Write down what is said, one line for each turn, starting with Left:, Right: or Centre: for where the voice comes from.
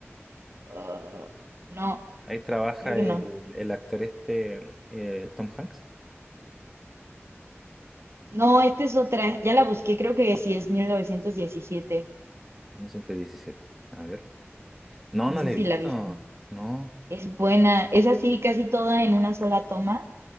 Right: Ah, no,
Centre: Ahí trabaja
Right: creo que
Centre: el,
Right: no.
Centre: el actor este, eh, Tom Hanks,
Right: No, esta es otra. Ya la busqué, creo que sí es 1917.
Centre: ciento diecisiete. A ver. No,
Right: No
Centre: no
Right: sé
Centre: lo he
Right: si
Centre: visto.
Right: la viste.
Centre: No.
Right: Es buena, es así casi toda en una sola toma